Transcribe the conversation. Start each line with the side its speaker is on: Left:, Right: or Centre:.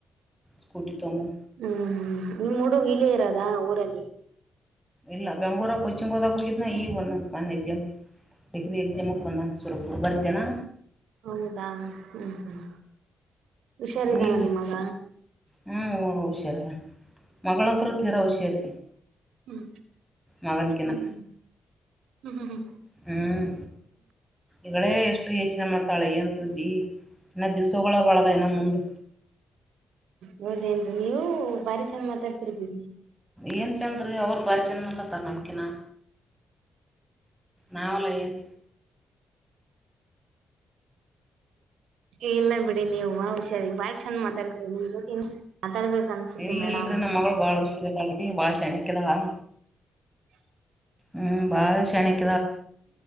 Centre: ಸ್ಕೂಟಿ ತಗಂಬೋ
Right: ಹ್ಮ್ ಹ್ಮ್ ನಿಮ್ಮ್ ಹುಡುಗ ಇಲಿ ಇರದ ಊರಲ್ಲಿ
Centre: ಇಲ್ಲ ಬೆಂಗ್ಳೂರು ಕೊಚ್ಚಿ ಕೋದ ಕುಗನ ಈ ಒಂದು ಮಾನೇಜ್ಯ ಎಗ್ರ ಎಗ್ ಜಮಕ್ ಬಂದಂಗ ಸುರ ಬರ್ತೇನಾ
Right: ಹೌದಾ ಹ್ಮ್ ಹ್ಮ್ ಹುಷಾರಿದ್ದಾನ
Centre: ನೀವು
Right: ನಿಮ್ಮಗ
Centre: ಹ್ಞೂ ಹ್ಞ ಹುಷಾರ ಮಗಳಂತರೂ ತೀರ ಹುಷಾರಿ
Right: ಹ್ಮ್
Centre: ಮಗನಕಿನ
Right: ಹ್ಮ್ ಹ್ಮ್ ಹ್ಮ್ ಹ್ಮ ಹ್ಮ ಹ್ಮ
Centre: ಹ್ಮ್ ಈಗಳೇ ಎಷ್ಟು ಯೋಚನೆ ಮಾಡ್ತ ತಾಳೆನ್ ಸುದ್ದಿ ಇನ್ನು ದಿವ್ಸಗಳ ಬಳದ ಇನ ಮುಂದ
Right: ಹೌದೇನ್ರಿ ನೀವು ಭಾರಿ ಚೆನ ಮಾತಾಡ್ತಿರ್ದ್ದೀರಿ
Centre: ಏನ್ ಚಂದ್ರೀ ಅವ್ರ ಬಾರಿ ಚೆಂದ ಮಾಡತತಾರ ನಮ್ಕಿನ ನಾವಲೆಯನ್
Right: ಇಲ್ಲ ಬಿಡಿ ನೀವು ಹುಷಾರಿ ಬಾಳ್ ಚಂದ ಮಾತಾಡ್ ನಿ ಬ ಮಾತಾಡ್ಬೇಕ ಅನ್ಸುತ್ತೆ
Centre: ಇಲ್ಲ
Right: ಮೇಡಮ್
Centre: ಇಲ್ರಿ ನಮ್ ಮಗಳು ಬಾಳ ಹುಷಾರ್ ಅದಾಳ್ರಿ ಬಾಳ ಶ್ಯಾಣೇಕಿ ಅದಾಳವ
Right: <inaudible>
Centre: ಹ್ಮ್ ಬಾಳ ಶ್ಯಾಣೇಕಿ